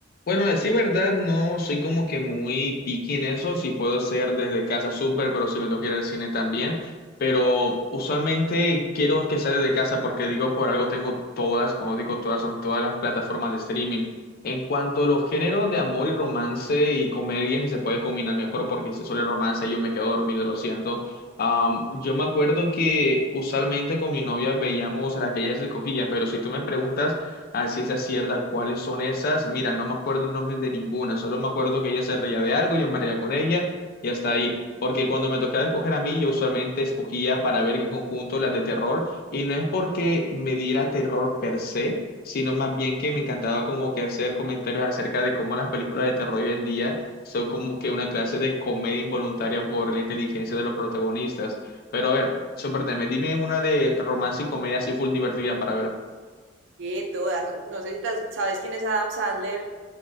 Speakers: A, on the left (about 55°); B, on the right (about 75°).
A: Bueno, a decir verdad, no soy como que muy picky en eso, si puedo hacer desde casa súper, pero si me tengo ir al cine también, pero usualmente quiero que sea desde casa porque digo, por algo tengo todas, cuando digo todas, son todas las plataformas de streaming. En cuanto a los géneros de amor y romance y comedia, si se puede combinar mejor, porque si solo es romance yo me quedo dormido, lo siento. Am, yo me acuerdo que usualmente con mi novia veíamos las que ella se escogía, pero si tú me preguntas a ciencia cierta cuáles son esas. Mira, no me acuerdo el nombre de ninguna, solo me acuerdo que ella se reía de algo, yo me reía con ella y hasta ahí. Porque cuando me tocaba escoger a mí, yo usualmente escogía para ver qué conjunto las de terror y no es porque me diera terror per se, sino más bien que me encantaba como que hacer comentarios acerca de cómo las películas de terror hoy en día son como que una clase de comedia involuntaria por la inteligencia de los protagonistas. Pero a ver, sorpréndeme, dime una de romance y comedia así full divertida para
B: Eh, todas. No sé si tas- sabes quién es Adam Sandler.